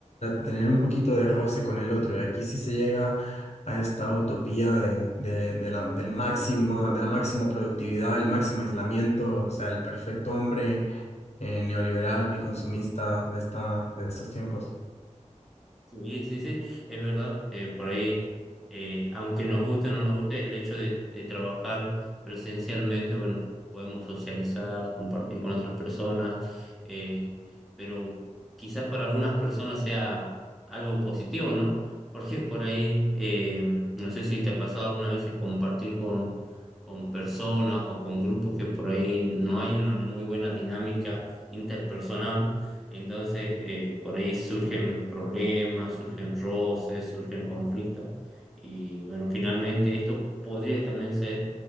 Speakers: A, on the left; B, in the centre.
A: tener un poquito de roce con el otro. Y aquí sí se llega a esta utopía de, de- de la, del máximo, de la máxima productividad, el máximo aislamiento, o sea, el perfecto hombre eh, neoliberal y consumista de esta, de estos tiempos.
B: Sí, sí, sí, es verdad. eh, por ahí, eh, aunque nos guste o no nos guste, el hecho de, de trabajar presencialmente, bueno, podemos socializar, compartir con otras personas, eh, pero quizás para algunas personas sea algo positivo, ¿no? Porque por ahí, eh, no sé si te ha pasado alguna vez compartir con, con personas o con grupos que por ahí no hay una muy buena dinámica interpersonal entonces, eh, por ahí surgen problemas, surgen roces, surgen conflictos. Y bueno, finalmente esto podría también ser